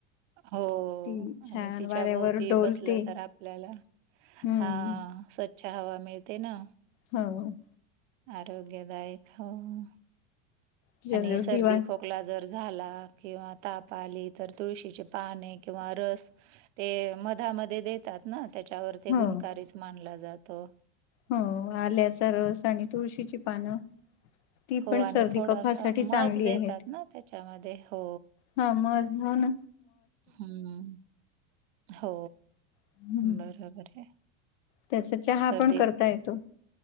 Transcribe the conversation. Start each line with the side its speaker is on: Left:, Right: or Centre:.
Right: हो
Left: ती छान
Right: आणि तिच्या
Left: वाऱ्यावर
Right: भोवती
Left: डोलते
Right: बसलं तर आपल्याला
Left: हम्म
Right: हा स्वच्छ हवा मिळते ना.
Left: हा.
Right: आरोग्यदायक हो <unintelligible>
Left: तिच्याजवळ
Right: आणि सर्दी
Left: दिवा
Right: खोक खोकला जर झाला किंवा ताप आले तर तुळशीचे पाने किंवा रस ते मधामध्ये देतात ना त्याच्यावर ते
Left: हो
Right: गुणकारीच मानला जातो.
Left: हो आल्याचा रस आणि तुळशीची पानं. ती
Right: हो
Left: पण
Right: आणि
Left: सर्दी
Right: थोडासा
Left: कफासाठी
Right: मध
Left: चांगली
Right: देतात
Left: आहेत,
Right: ना त्याच्यामध्ये हो,
Left: हा मज म्हण
Right: हम्म, हो.
Left: हम्म.
Right: बरोबर आहे,
Left: त्याचा चहा
Right: सर्दी
Left: पण करता येतो.